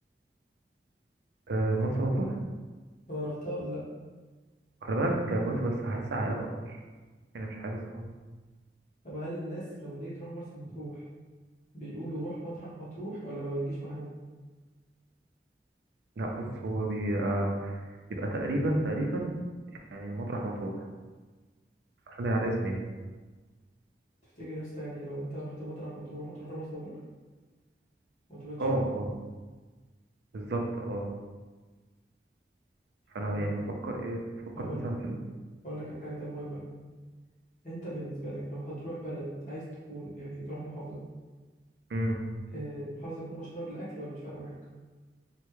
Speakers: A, on the right (about 75°); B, on the left (about 45°).
A: آه، مرسى مطروح
B: اه رحتها ولا لا
A: خلي بالك كويسة بس حاسسها عائلات اكتر يعني مش حاسس صحاب
B: طب هل الناس لما تيجي تروح مرسى مطروح بيقولوا روح مطرح مطروح ولا ما بتجيش معاهم
A: لا بص هو بي- آه، بيبقى تقريبا تقريبا يعني مطرح مطروح حاليا على اسمي يعني
B: تفتكر يا اسطى يعني لو انت رحت مطرح مطروح هتروح لمرسى مطروح ما اعتقدش
A: اه اه بالظبط اه فانا
B: طب
A: يعني بفكر ايه بفكر
B: هقول
A: مثلا
B: لك
A: في ال...
B: هقول لك على حاجه طب مهمه أوي. انت بالنسبه لك لو هتروح بلد عايز تكون يعني تروح محافظه
A: مم.
B: آه، محافظه تكون مشهوره بالاكل ولا مش فارقه معاك